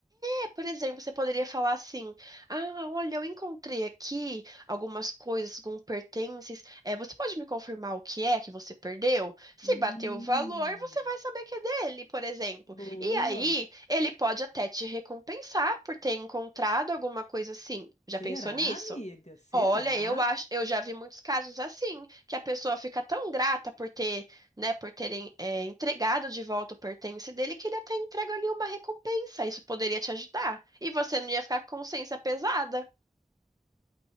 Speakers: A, on the right (about 25°); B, on the left (about 55°).
A: É, por exemplo, você poderia falar assim: Ah, olha, eu encontrei aqui algumas coisas, alguns pertences. É, você pode me confirmar o que é que você perdeu? Se
B: Hum,
A: bater o valor, você vai saber que é dele, por exemplo.
B: boa.
A: E aí, ele pode até te recompensar por ter encontrado alguma coisa assim.
B: Será,
A: Já pensou nisso?
B: amiga? Será?
A: Olha, eu acho, eu já vi muitos casos assim, que a pessoa fica tão grata por ter, né, por terem é, entregado de volta o pertence dele que ele até entrega ali uma recompensa. Isso poderia te ajudar. E você não ia ficar com consciência pesada.